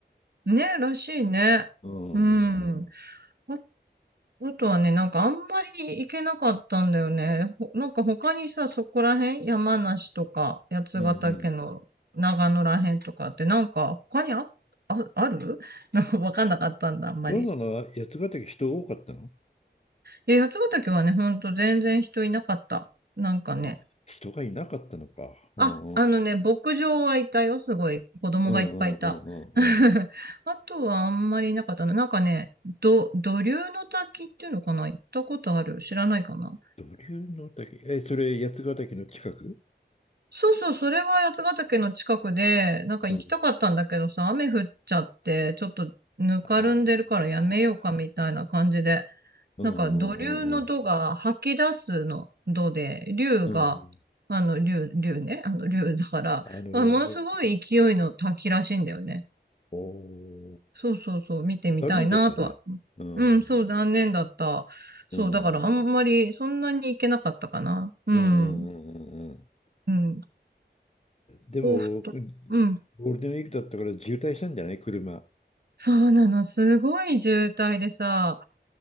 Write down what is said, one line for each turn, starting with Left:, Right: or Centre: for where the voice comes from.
Right: ね、らしいね。
Left: うんうん
Right: うん。ん。あ、あとはね、なんかあんまり行けなかったんだよね。ほなんか他にさ、そこら辺、山梨とか、八ヶ岳の長野ら辺とかって、
Left: うん。
Right: なんか他にあ、あ、ある <laughs> なんかわかんなかったんだ、あんまり。
Left: どんなの八ヶ岳人多かったの
Right: で、八ヶ岳はね、ほんと全然人いなかった。なんかね、
Left: <laughs> あ人がいなかったのか。うんうん。
Right: あ、あのね、牧場はいたよ、すごい。子供がいっぱいいた。
Left: うんうんうんうんうん。
Right: <laughs> あとはあんまりいなかったな。なんかね、ど、土竜の滝っていうのかな行ったことある知らないかな
Left: 土竜の滝。え、それ、八ヶ岳の近く
Right: そうそう、それは八ヶ岳の近くで、なんか行きたかったんだけどさ、
Left: うん
Right: 雨降っちゃって、ちょっとぬかるんでるからやめようかみたいな感じで、
Left: ああうんうんうん
Right: なんか土竜の土が吐き出すの土で、竜が、
Left: うんうん
Right: あの、竜、竜ね、あの、竜だから、
Left: あの、
Right: あものすごい勢いの滝らしいんだよね。
Left: だおー、
Right: そうそうそう、見てみたいなとは。
Left: 残念だったね。うん
Right: うん、そう、残念だった。そう、
Left: うん
Right: だからあんまりそんなに行けなかったかな。うん、
Left: うんうんうんうんうん
Right: うん、
Left: でも、
Right: 甲府と。うん、
Left: ゴールデンウィークだったから渋滞したんじゃない車。
Right: そうなの、すごい渋滞でさ、